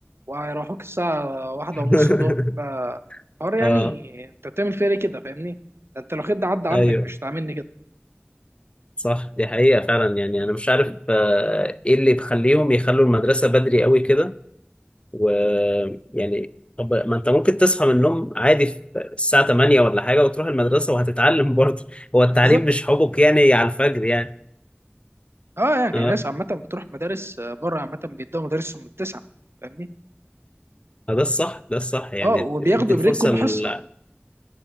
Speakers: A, on the right; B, on the left.
A: وهيروحوك الساعة واحدة
B: <laughs>
A: ونص الظهر فحوار يعني
B: اه
A: انت بتعمل فيها ليه كده فاهمني؟ ده انت لو خد عدى عندك
B: ايوه
A: مش هتعاملني كده
B: صح دي حقيقة فعلا يعني انا مش عارف آه ايه اللي بيخليهم يخلوا المدرسة بدري قوي كده ويعني طب ما انت ممكن تصحى من النوم عادي في الساعة 8 ولا حاجة وتروح المدرسة وهتتعلم <laughs> برضه هو التعليم
A: بالظبط
B: مش حبك يعني على الفجر يعني
A: اه يعني
B: اه
A: ناس عامة بتروح مدارس آه، بره عامة بيدوا مدارسهم من التسعة فاهمني؟
B: آه، ده الصح ده الصح يعني
A: اه وبياخدوا
B: ادي الفرصة
A: بريك كل
B: ل-
A: حصة